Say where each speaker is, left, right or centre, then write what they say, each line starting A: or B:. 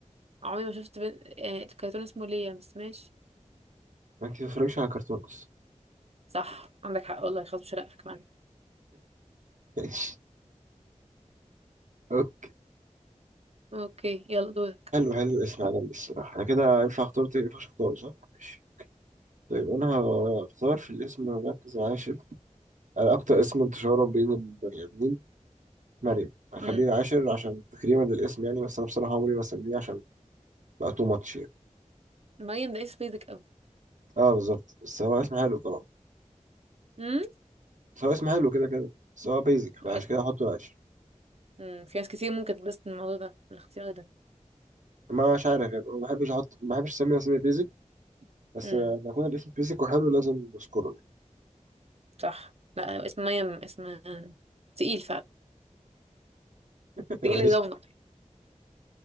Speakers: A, on the right; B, on the right.
A: عمري ما شفت بنت آه كرتون اسمه ليا بس ماشي
B: ما أنت بتتفرجش على كرتون أصلا
A: صح عندك حق والله خلاص مش هرقك معايا
B: ماشي أوكي
A: اوكي يلا دورك
B: حلو حلو الاسم عجبني الصراحة أنا كده ينفع أختار تاني ينفع أختار صح؟ ماشي طيب أنا هختار في الاسم مركز عاشر أنا أكتر اسم انتشارا بين البني آدمين مريم هخليه
A: امم
B: العاشر عشان تكريما للاسم يعني بس أنا بصراحة عمري ما أسميه عشان بقى تو ماتش يعني
A: مريم ده اسم بيزك قوي
B: أه بالظبط بس هو اسم حلو طبعا
A: امم
B: بس هو اسم حلو كده كده بس هو بيزك فعشان
A: اسم
B: كده هحطه العاشر
A: امم في ناس كتير ممكن تتبسط من الموضوع ده من الاختيار ده
B: مش عارف يعني ما بحبش احط ما بحبش اسمي اسمي بيزك بس
A: امم
B: لما يكون الاسم بيزك وحلو لازم اذكره
A: صح لا اسم مريم اسم تقيل فعلا
B: <laughs> ماشي
A: تقيل الرونق